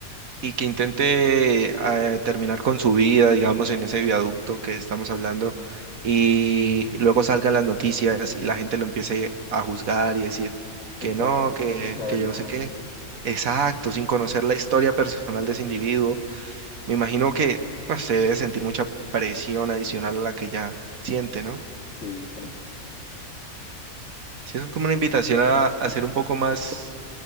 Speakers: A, on the right (about 65°); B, on the left (about 50°).
A: y que intente eh, terminar con su vida, digamos, en ese viaducto que estamos hablando, y luego salgan las noticias y la gente lo empiece a juzgar y decir que
B: Exacto,
A: no, que,
B: sin saber
A: que yo
B: nada.
A: no sé qué. Exacto, sin
B: Ujú.
A: conocer la historia personal de ese individuo. Me imagino que ah, se debe sentir mucha presión adicional a la que ya siente, ¿no?
B: Sí, exacto.
A: Sí, eso es como una invitación a, a ser un poco más